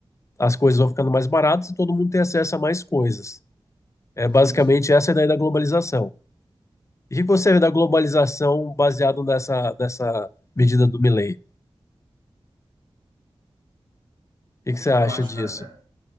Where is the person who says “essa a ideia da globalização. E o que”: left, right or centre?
Left